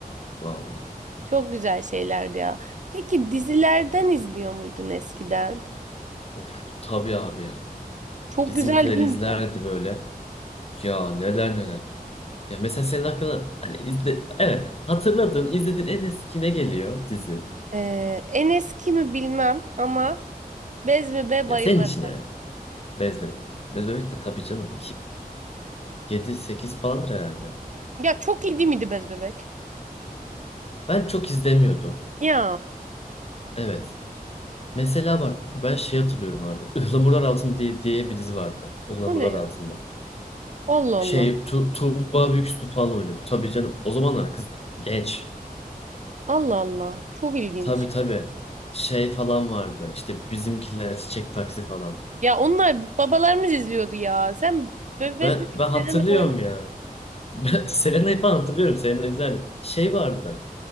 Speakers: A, on the left; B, on the right.
A: Vallahi.
B: Çok güzel şeylerdi ya. Peki dizilerden izliyor muydun eskiden?
A: Of tabii abi ya.
B: Çok
A: Bizimkiler
B: güzel değil
A: izlerdi
B: mi?
A: böyle. Ya neler neler. Ya mesela senin hakkında hani izle evet hatırladığın izlediğin en eski ne geliyor dizi?
B: Ee, en eski mi bilmem ama Bez Bebek'e
A: Ya
B: bayılırım.
A: senin için yani. Bez Bebek. Bez Bebek de tabii canım 2007-8 falandır herhalde.
B: Ya çok iyi değil miydi Bez Bebek?
A: Ben çok izlemiyordum.
B: Ya
A: Evet. Mesela bak ben şey hatırlıyorum abi. <laughs> Ihlamurlar Altında diye, diye bir dizi vardı. Ihlamurlar
B: bu ne ya?
A: Altında.
B: Allah
A: Şey
B: Allah.
A: tu Tuğba Büyüksün falan oynuyordu. Tabii canım. O zamanlar kız genç.
B: Allah Allah. Çok ilginç.
A: Tabii tabii. Şey falan vardı. İşte bizimkiler çiçek taksi falan.
B: Ya onlar babalarımız izliyordu ya. Sen Be- Bez
A: Ben
B: Bebek
A: ben hatırlıyorum
B: Serena falan
A: ya. <laughs> Ben Selena'yı falan hatırlıyorum. Selena güzel. Şey vardı.